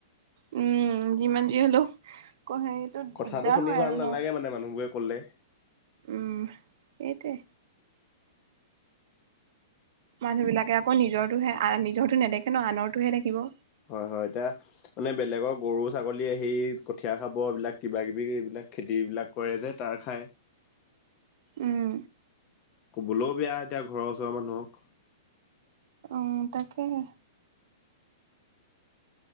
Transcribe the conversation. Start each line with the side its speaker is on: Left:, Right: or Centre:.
Right: উম যিমান যি হ'লেও সেইটো
Left: কথাটো
Right: দিগদাৰ
Left: শুনি
Right: হয়
Left: ভাল
Right: আৰু ন
Left: নালাগে মানে মানুহবোৰে কলে।
Right: উম সেটেৱে। মানুহ বিলাকে আকৌ নিজৰটোহে নিজৰটো নেদেখে ন আনৰতোহে দেখিব
Left: হয় হয়। এতিয়া মানে বেলেগৰ গৰু ছাগলী আহি কঠিয়া খাব। এইবিলাক কিবা কিবি এইবিলাক খেতি বিলাক কৰে যে তাৰ খাই
Right: উম।
Left: কবলৈও বেয়া এতিয়া ঘৰৰ ওচৰৰ মানুহক
Right: উ তাকেহে